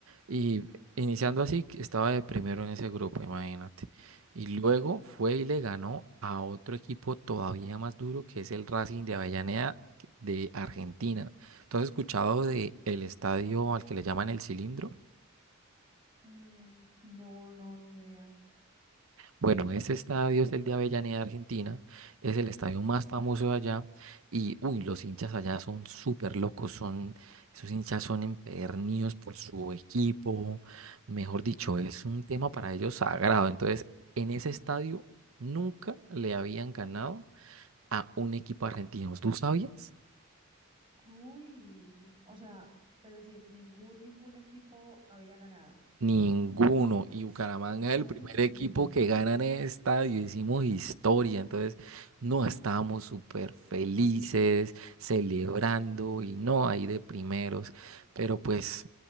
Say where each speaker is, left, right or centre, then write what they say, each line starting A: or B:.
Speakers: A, on the right; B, on the right.
A: Y iniciando así, que estaba de primero en ese grupo, imagínate. Y luego fue y le ganó a otro equipo todavía más duro, que es el Racing de Avellaneda de Argentina. ¿Tú has escuchado de el estadio al que le llaman el Cilindro?
B: Mm, no, no, ni idea.
A: Bueno, ese estadio es el de Avellaneda, Argentina, es el estadio más famoso de allá y, uy, los hinchas allá son súper locos, son, esos hinchas son empedernidos por su equipo, mejor dicho, es un tema para ellos sagrado. Entonces, en ese estadio nunca le habían ganado a un equipo argentino. ¿Tú sabías?
B: Uy, o sea, es decir, ningún, ningún equipo había ganado.
A: Ninguno. Y Bucaramanga es
B: Oh,
A: el primer equipo que gana en el estadio. Hicimos historia. Entonces, no estábamos súper felices, celebrando y no ahí de primeros. Pero pues,